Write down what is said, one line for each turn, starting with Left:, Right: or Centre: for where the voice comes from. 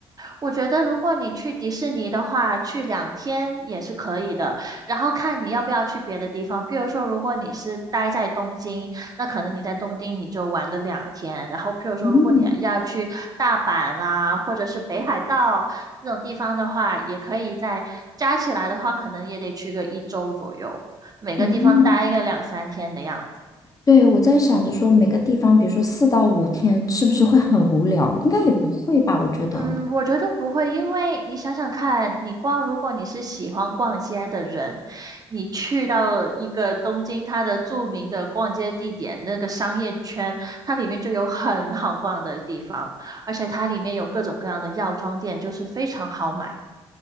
Right: 我觉得如果你去迪士尼的话，去两天也是可以的，然后看你要不要去别的地方。譬如说，如果你是待在东京，那可能你在东京你就玩个两天。然后，譬如说，
Left: 嗯
Right: 如果你要去大阪啊，或者是北海道这种地方的话，也可以在加起来的话，可能也得去个一周左右，每个地方待个两三天的样子。
Left: 嗯对，我在想着说每个地方，比如说四到五天，是不是会很无聊？应该也不会吧，我觉得。
Right: 嗯，我觉得不会，因为你想想看，你逛，如果你是喜欢逛街的人，你去到一个东京它的著名的逛街地点，那个商业圈，它里面就有很好逛的地方，而且它里面有各种各样的药妆店，就是非常好买。